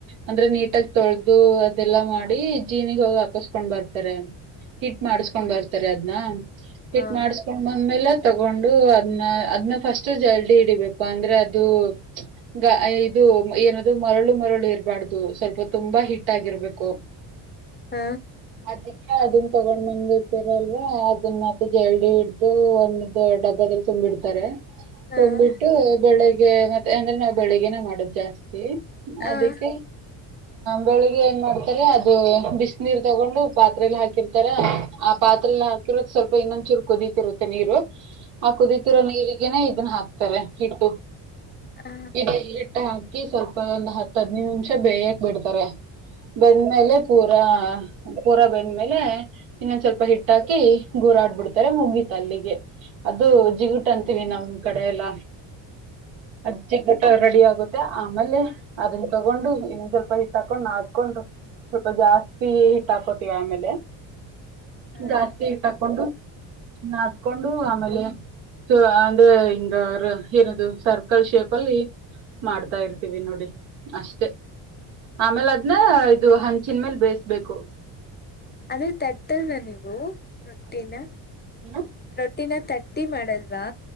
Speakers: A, on the right; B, on the left.
A: ಅಂದ್ರೆ ನೀಟಾಗಿ ತೊಳ್ದು ಅದೆಲ್ಲಾ ಮಾಡಿ ಜೀನಿಗೆ ಹೋಗಿ ಹಾಕಿಸ್ಕೊಂಡ್ ಬರ್ತಾರೆ ಹಿಟ್ ಮಾಡುಸ್ಕೊಂಡ್ ಬರ್ತಾರೆ ಅದ್ನ ಹಿಟ್
B: ಹಾ
A: ಮಾಡುಸ್ಕೊಂಡ್ ಬಂದ್ಮೇಲೆ ತಗೊಂಡು ಅದ್ನ್ ಅದ್ನ್ ಫಸ್ಟ್ ಜಲ್ದಿ ಹಿಡಿಬೇಕು ಅಂದ್ರೆ ಅದು ಗ ಇದು ಏನದು ಮರಳು ಮರಳು ಇರ್ ಬಾರ್ದು ಸ್ವಲ್ಪ ತುಂಬಾ ಹಿಟ್ ಆಗಿರ್ಬೇಕು
B: ಹ
A: ಅದಿಕ್ಕೆ ಅದುನ್ ತಗೊಂಡ್ ಬಂದಿರ್ತರಲ್ವಾ ಅದನ್ನ ಮತ್ತ ಜಲ್ಡಿ ಹಿಡ್ದು ಒಂದು ಡಬ್ಬದ ತುಂಬಿಡ್ತಾರೆ
B: ಹಾ
A: ತುಂಬಿಟ್ಟು ಬೆಳಗ್ಗೆ ಮತ್ತೆ ಅಂದ್ರೆ ನಾ ಬೆಳಿಗ್ಗೆ ಗೆನೆ ಮಾಡದು ಜಾಸ್ತಿ
B: ಹ
A: ಅದಕ್ಕೆ ಬೆಳಿಗ್ಗೆ ಏನ್ ಮಾಡ್ತಾರೆ ಅದು ಬಿಸ ನೀರ್ ತಗೊಂಡು ಪಾತ್ರೆಯಲ್ಲಿ ಹಾಕಿರ್ತಾರೆ ಆ ಪಾತ್ರೆಯಲ್ಲಿ ಹಾಕಿರೋದ ಸ್ವಲ್ಪ ಇನ್ನೊಂದ್ಚೂರು ಕುದೀತಿರುತ್ತೆ ನೀರು ಹಾ ಕುದಿತಿರೋ ನೀರಿಗೆನೆೇ ಇದನ್ನ ಹಾಕ್ತಾರೆ ಹಿಟ್ಟು
B: ಹ
A: ಇದೆ ಹಿಟ್ಟ ಹಾ ಕಿ ಸ್ವಲ್ಪ ಒಂದು ಹತ್ತ ಹದ್ನದು ನಿಮಿಷ ಬೇಯಕ್ ಬಿಡ್ತಾರೆ ಬಂದ್ಮೇಲೆ ಪೂರ್ತಿ ರ ಪೂರ ಬೆಂದ್ಮೇಲೆ ಇನ್ನೊಂದ ಸ್ವಲ್ಪ ಹಿಟ್ಟ ಹಾಕಿ ಗೂರಾಡ್ಬಿಡ್ತಾರೆ ಮುಗೀತ ಅಲ್ಲಿಗೆ ಅದು ಜಿಗಟ್ಂತ ಕಡೆ ಎಲ್ಲ ಆಚಿಕಟಾಗಿ ರೆಡಿ ಆಗುತ್ತೆ ತ್ತ ಆಮೇಲೆ ಅದನ್ನ ತಗೊಂಡು ಇನ್ನೊಂದ್ ಸ್ವಲ್ಪ ಹಿಟ್ ಹಾಕೊಂಡ್ ನಾದಿಕೊಂಡು ಸ್ವಲ್ಪ ಜಾಸ್ತಿ ಹಿಟ್ ಹಾಕೋತಿವಿ ಆಮೇಲೆ
B: ಹೌದಾ
A: ಜಾಸ್ತಿ ಹಿಟ್ ಹಾಕೊಂಡು ನದ್ಕೊಂಡು ಆಮೇಲೆ ಸೊ ಅಂಗ ಹಿಂಗ ಅವ್ರ ಏನದು ಸರ್ಕಲ್ ಶೇಪ್ ಅಲ್ಲಿ ಮಾಡ್ತಾ ಇರ್ತೀವಿ ನೋಡಿ ಅಷ್ಟೆ ಆಮೇಲೆ ಅದ್ನ್ ಇದು ಹಂಚಿನ ಮೇಲ್ ಬೇಯಿಸಬೇಕು
B: ಅದೇ ತಟ್ಟಲ್ವ ನೀವು ರೊಟ್ಟಿನ
A: ಇಲ್ಲ
B: ಹಟ್ಟಿನ ತಟ್ಟಿ ಮಾಡಲ್ವಾ